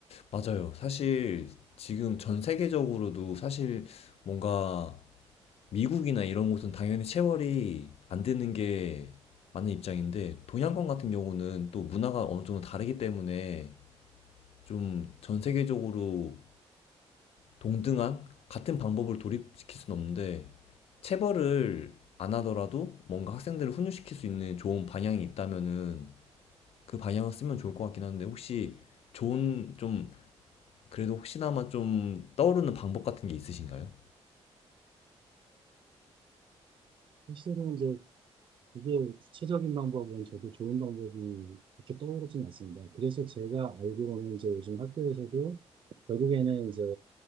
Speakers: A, on the left; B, on the right.
A: 맞아요. 사실 지금 전 세계적으로도 사실 뭔가 미국이나 이런 곳은 당연히 체벌이 안 되는 게 맞는 입장인데 동양권 같은 경우는 또 문화가 어느 정도 다르기 때문에 좀 전 세계적으로 동등한 같은 방법을 도입시킬 수는 없는데 체벌을 안 하더라도 뭔가 학생들을 훈육시킬 수 있는 좋은 방향이 있다면은 그 방향을 쓰면 좋을 것 같긴 한데 혹시 좋은 좀 그래도 혹시나마 좀 떠오르는 방법 같은 게 있으신가요?
B: 사실은 이제 그게 구체적인 방법은 저도 좋은 방법이 그렇게 떠오르진 않습니다. 그래서 제가 알기로는 이제 요즘 학교에서도 결국에는 이제